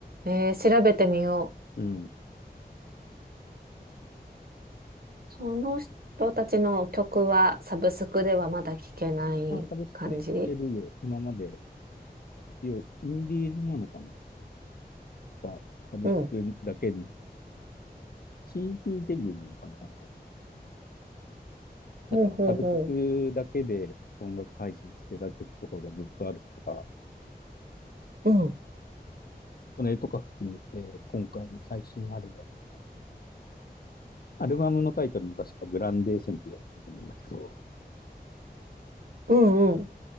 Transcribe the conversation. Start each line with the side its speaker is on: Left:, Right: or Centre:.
Right: えー調べてみよう。
Left: う。うん。
Right: その人たちの曲はサブスクではまだ聴けない感じ
Left: あ、サブスクで聞けるよ。今まで、一応、インディーズなのかなが、サブスクだけに、
Right: うん。
Left: CD ディーデビューなのかな、今回。だから、
Right: ほうほうほう。
Left: サブスクだけで音楽配信してた曲とかがずっとあるから、
Right: うん。
Left: それとか含めて、今回の最新アルバム。アルバムのタイトルも確かブランデー戦記だったと思うんだけど、
Right: うんうん。